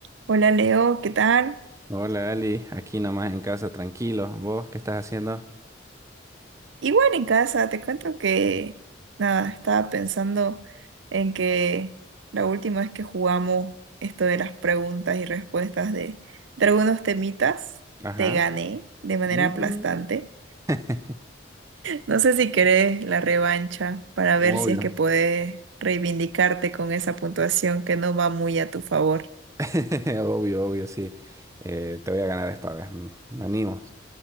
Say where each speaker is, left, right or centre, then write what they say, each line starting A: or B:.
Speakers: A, on the right; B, on the right.
A: Hola Leo, ¿qué tal?
B: Hola Ali, aquí nomás en casa, tranquilo. ¿Vos qué estás haciendo?
A: Igual en casa, te cuento que nada, estaba pensando en que la última vez que jugamos esto de las preguntas y respuestas de, de algunos temitas,
B: Ajá.
A: te gané de manera
B: Mm.
A: aplastante.
B: <laughs>
A: No sé si querés la revancha para
B: Obvio.
A: ver si es que podés reivindicarte con esa puntuación que no va muy a tu favor.
B: <laughs> Obvio, obvio, sí. Eh, te voy a ganar esta vez. Mm, Me animo.